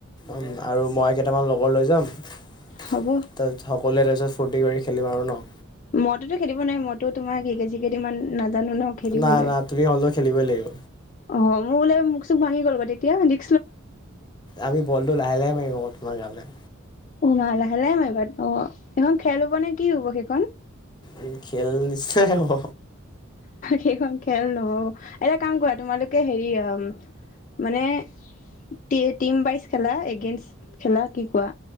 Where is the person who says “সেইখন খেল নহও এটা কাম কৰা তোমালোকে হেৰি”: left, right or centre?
Left